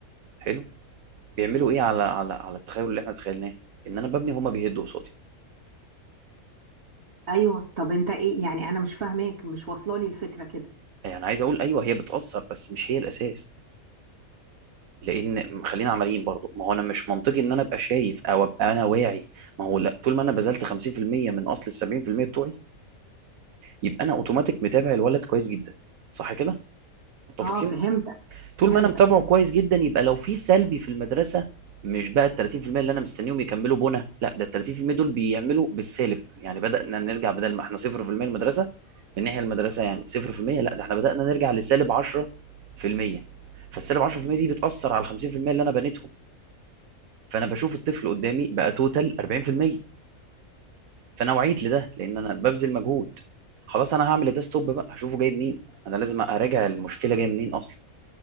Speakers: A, on the right; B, on the right.
A: حلو بيعملوا ايه على على على التخيل اللي احنا تخيلناه ان انا ببني هما بيهدوا قصادي
B: ايوه طب انت ايه يعني انا مش فاهماك مش واصله لي الفكره كده
A: يعني عايز اقول ايوه هي بتأثر بس مش هي الاساس لان خلينا عمليين برضو ما هو انا مش منطقي ان انا ابقى شايف او ابقى انا واعي ما هو لا طول ما انا بذلت 50% من اصل ال 70% بتوعي يبقى انا اوتوماتيك متابع الولد كويس جدا صح كده متفقين
B: اه فهمتك فهمتك
A: طول ما انا متابعه
B: ايوه
A: كويس جدا يبقى لو في سلبي في المدرسه مش بقى ال 30% اللي انا مستنيهم يكملوا بنا لا ده ال 30% دول بيعملوا بالسالب يعني بدانا نرجع بدل ما احنا 0% المدرسه من ناحيه المدرسه يعني 0% لا ده احنا بدانا نرجع لسالب 10% فالسالب 10% دي بتاثر على ال 50% اللي انا بنيتهم فانا بشوف الطفل قدامي بقى توتال 40% فانا وعيت لده لان انا ببذل مجهود خلاص انا هعمل ده ستوب بقى هشوفه جاي منين انا لازم اراجع المشكله جايه منين اصلا